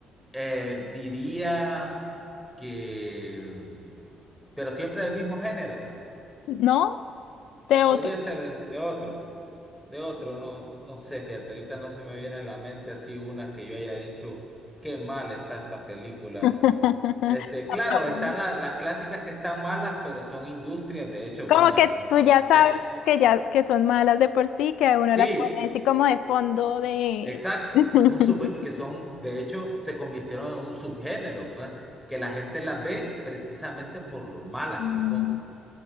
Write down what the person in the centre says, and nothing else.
eh, diría que. Pero siempre del mismo género.
Podría ser de, de otro. De otro, no, no sé, fíjate. Ahorita no se me viene a la mente así una que yo haya dicho, qué mal está esta película.
Este, claro,
están la- las clásicas que están malas, pero son industrias. De hecho, bueno,
es-
eh,
sí,
Exacto,
un sub, que son, de hecho, se convirtieron en un subgénero, pues, que la gente las ve precisamente por lo malas
que son.